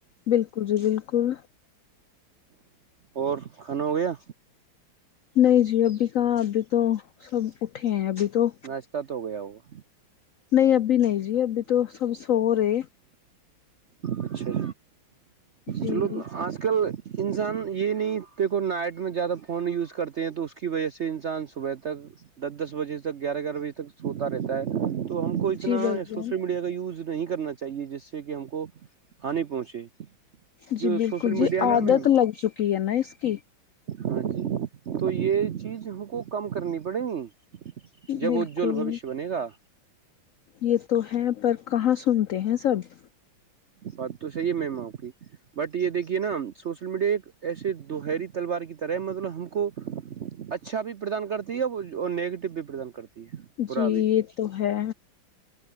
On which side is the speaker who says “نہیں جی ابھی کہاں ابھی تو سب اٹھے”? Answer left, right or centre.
Left